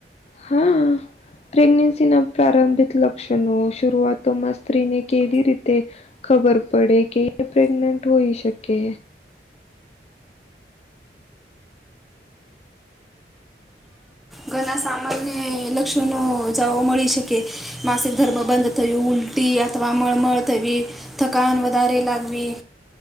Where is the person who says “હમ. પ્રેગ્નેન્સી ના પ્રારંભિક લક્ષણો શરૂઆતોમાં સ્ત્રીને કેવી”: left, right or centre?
Left